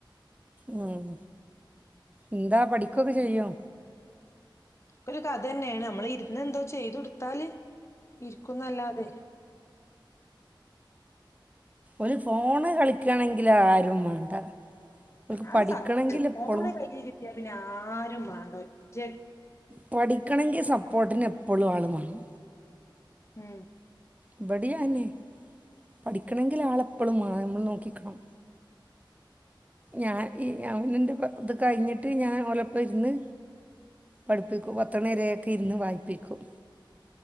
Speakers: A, on the right (about 15°); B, on the left (about 35°).
A: ഉം എന്താ പഠിക്കൊക്കെ ചെയ്യോ
B: ഒരു കഥ തന്നെയാണ് നമ്മള് ഇരുന്ന് എന്തോ ചെയ്ത കൊടുത്താല് ഇരിക്കുന്നല്ലാതെ-
A: ഓന് ഫോണ് കളിക്കണെങ്കിൽ ആരും വേണ്ട അവൾക്ക്
B: ആത്
A: പഠിക്കണമെങ്കിൽ
B: സത്യ
A: എപ്പോഴും
B: പോണ കയ്യിലില്ല പിന്നെ ആര വേണ്ട ഒറ്റ
A: പഠിക്കണെങ്കിൽ സപ്പോർട്ടിന് എപ്പോഴും ആള വേണം
B: ഉം
A: ഇബടിയാന്നെ പഠിക്കണെങ്കിൽ ആളെപ്പോഴും നമ്മൾ നോക്കിക്കണം ഞാൻ ഈ അവൻ എൻന്റെ ഇത് കഴിഞ്ഞിട്ട് ഞാൻ ഒലപ്പ ഇരുന്ന് പഠിപ്പിക്കു പത്തണരയൊക്കെ ഇരുന്ന് വായി്പിക്കും